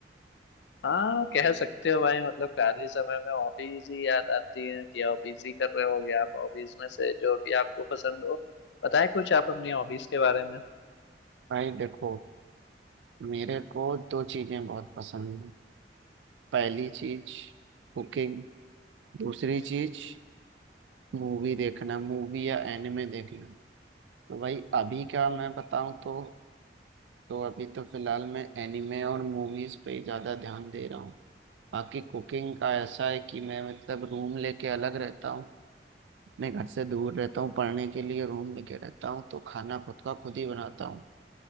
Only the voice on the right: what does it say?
भाई देखो मेरे को दो चीजें बहुत पसंद है पहली चीज कुकिंग दूसरी चीज मूवी देखना मूवी या एनिमे देखना तो भाई अभी का मैं बताऊं तो तो अभी तो फिलहाल मैं एनिमे और मूवीज पे ही ज्यादा ध्यान दे रहा हूँ बाकी कुकिंग का ऐसा है कि मैं मतलब रूम लेके अलग रहता हूँ मैं घर से दूर रहता हूँ पढ़ने के लिए रूम लेके रहता हूँ तो खाना खुद का खुद ही बनाता हूँ